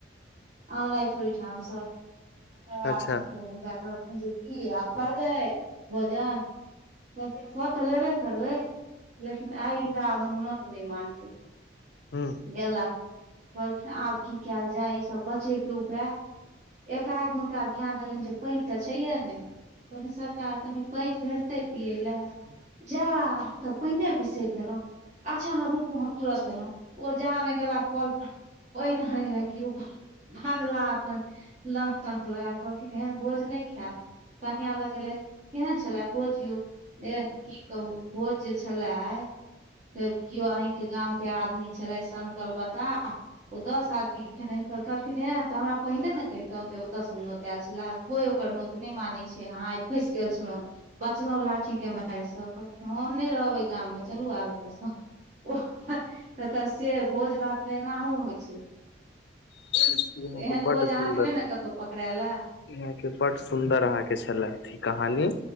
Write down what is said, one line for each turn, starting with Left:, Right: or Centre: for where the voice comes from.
Right: आनलैथ ओय ठाम स तकर बाद
Left: अच्छा
Right: अहाँ के हुनका कहलखिन्ह जे की आब करबै भोजन, कहलखिन कऽ तऽ लेबे करबै, लेकिन आइन्दा आब हम नोत नै मानबै।
Left: हूँ
Right: गेला। कहलखिन आब की कायल जाय इ सब बचयके उपाय एकाएक हुनका ध्यान एलैन जे पेएन ते छैये ने, कहथिन सरकार कनि पेएन भेटतै पियै लए, जा हम ते पेएने बिसेर गेलोउ, अच्छा अहाँ रुकू हम तुरन्त एलो ओ जहाँ ल गेला कोल पर पेएन <unintelligible> कियो भागला अपन लंक-तंक लगा के कहलखिन एहन भोज ने खाएब, कनिया लग गेलेथ केहन छलय भोज यो एह की कहू भोज जे छलाय से कियो अहींके गामके आदमी छलय सनकल बताह उ दस आदमी खेना <unintelligible> किना ए तऽ हमरा पहिने ने केहतौ जे ओता से नोत आएल छला, कोय ओकर नोत ने मानै छै अहाँ आय फैस गेल छलौ, बचलौ लाठीके मार से कहलखिन हम ने रहब ए गाममे चलू आब एता से वाह ह एता से भोज भातमे एनाहो होय छै।
Left: यहाँ
Right: एहन
Left: के बड
Right: भोज
Left: सुन्दर,
Right: अहाँके नहि ने कतहु पकड़ायल ए।
Left: यहाँ के बड सुन्दर अहाँके छलै अथी कहानी